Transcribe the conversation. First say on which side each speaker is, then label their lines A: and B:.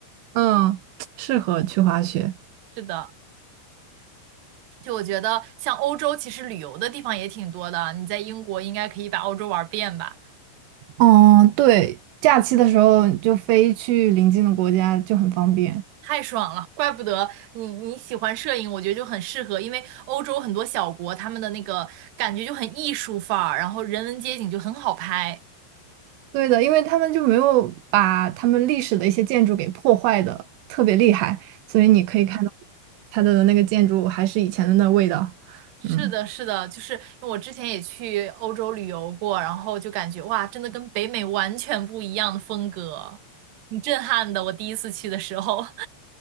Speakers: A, on the right (about 85°); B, on the right (about 65°).
A: 嗯，适合去滑雪。
B: <laughs> 是的。就我觉得，像欧洲其实旅游的地方也挺多的。你在英国应该可以把欧洲玩遍吧？
A: 嗯，对，假期的时候就飞去邻近的国家就很方便。
B: 太爽了，怪不得你你喜欢摄影，我觉得就很适合，因为欧洲很多小国，他们的那个感觉就很艺术范儿，然后人文街景就很好拍。
A: 对的，因为他们就没有把他们历史的一些建筑给破坏的特别厉害，所以你可以看到它的那个建筑还是以前的那味道。
B: 是的，
A: 嗯，
B: 是的，就是因为我之前也去欧洲旅游过，然后就感觉哇，真的跟北美完全不一样的风格，挺震撼的。我第一次去的时候。